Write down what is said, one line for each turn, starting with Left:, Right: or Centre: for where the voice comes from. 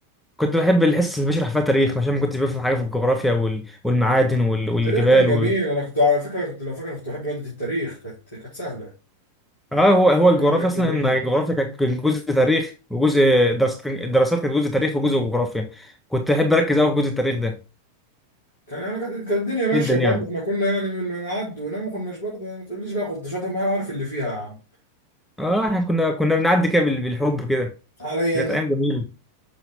Centre: كنت بحب الحصه اللي بيشرح فيها تاريخ عشان ما كنتش بفهم حاجه في الجغرافيا وال... والمعادن وال...
Left: التاريخ
Centre: والجبال
Left: كان جميل انا كنت على فكره كنت لو فاكر كنت بحب ماده التاريخ كانت كانت سهله
Centre: اه هو هو
Left: فيها
Centre: الجغرافيا
Left: حاجات جميله
Centre: اصلا ان الجغرافيا كانت- كان جزء تاريخ وجزء درس كان- الدراسات كانت جزء تاريخ وجزء جغرافيا كنت احب اركز قوي في جزء التاريخ ده
Left: كان انا كانت كانت الدنيا ماشيه
Centre: جدا يعني
Left: برضه احنا كنا يعني بنعد ونام ما كناش برضه يعني ما تقوليش بقى كنت شاطر ما أنا عارف اللي فيها يا عم
Centre: اه احنا كنا كنا بنعدي كده بال- بالحب كده
Left: عليا
Centre: كانت
Left: انا
Centre: ايام جميله